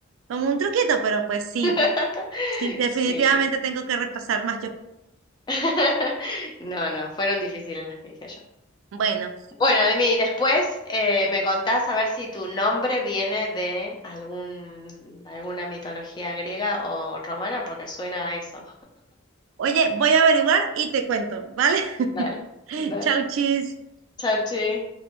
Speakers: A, on the right; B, on the left.
A: como un truquito, pero pues sí,
B: <laughs>
A: sí, definitivamente
B: Sí.
A: tengo que repasar más yo.
B: <laughs> No, no, fueron difíciles las que dije yo.
A: Bueno.
B: Bueno, Dimi, después eh, me contás a ver si tu nombre viene de algún, alguna mitología griega o romana, porque suena a eso.
A: Oye, voy a averiguar y te cuento, ¿vale? <laughs>
B: Dale, dale.
A: Chau, chis.
B: Chachi.